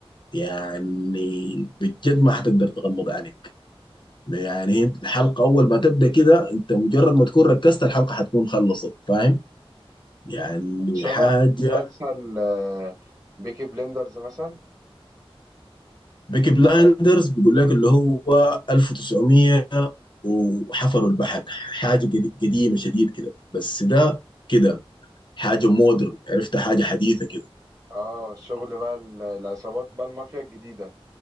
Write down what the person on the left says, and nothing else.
يعني بجد ما حتقدر تغمض عينك يعني انت الحلقة أول ما تبدأ كده أنت مجرد ما تكون ركزت الحلقة حتكون خلصت فاهم؟ يعني
حاجة
بيكي بلايندرز
بيقول لك اللي هو 1900 وحفروا البحر حاجة قدي- قديمة شديد كده بس ده كده حاجة مودرن عرفت حاجة حديثة كده